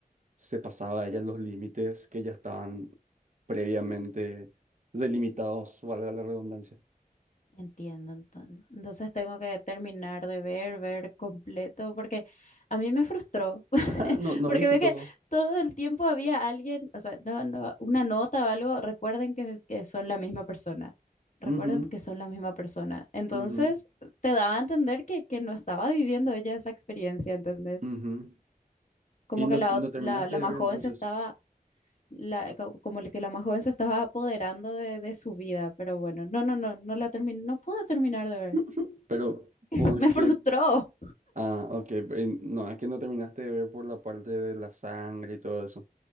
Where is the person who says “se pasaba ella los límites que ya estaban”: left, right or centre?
Right